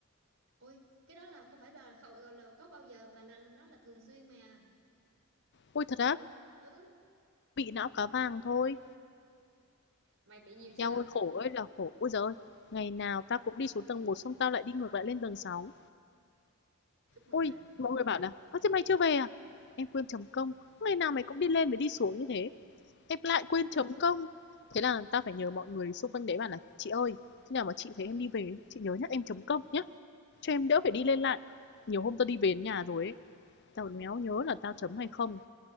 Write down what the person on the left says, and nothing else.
Ôi thật á,
bị não cá vàng thôi.
Eo ơi khổ ơi là khổ Ôi giời ơi Ngày nào tao cũng đi xuống tầng một Xong tao lại đi ngược lại lên tầng sáu
Ôi
mọi người bảo là Ơ thế mày chưa về à Em quên chấm công Ngày nào mày cũng đi lên và đi xuống như thế Em lại quên chấm công Thế là tao phải nhờ mọi người xung quanh đấy bảo là Chị ơi Khi nào mà chị thấy em đi về Chị nhớ nhắc em chấm công nhé Cho em đỡ phải đi lên lại Nhiều hôm tao đi về đến nhà rồi ấy Tao còn méo nhớ là tao chấm hay không